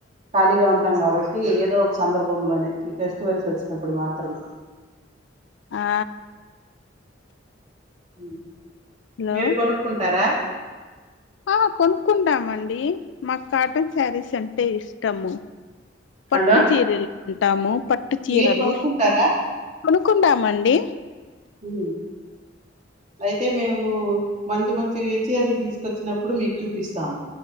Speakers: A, on the right (about 40°); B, on the left (about 70°).
A: ఖాళీగా ఉంటాం కాబట్టి ఏదో ఒక సందర్భం బొంగులోనే ఈ ఫెస్టివల్స్ వచ్చినప్పుడు మా త్రం
B: ఆ
A: ఉ
B: హలో
A: మీరు కొనుక్కుంటారా
B: ఆ కొనుక్కుంటామండీ మాకు కాటన్ శారీస్ అంటే ఇష్టము
A: హలో
B: పట్టు చీరలు ఉంటాము పట్టు చీరలు
A: మీరు కొనుక్కుంటారా
B: కొనుక్కుంటామండి
A: ఊ అయితే మేము మంచి మంచి చీరలు తీసుకొచ్చినప్పుడు మీకు చూపిస్తాము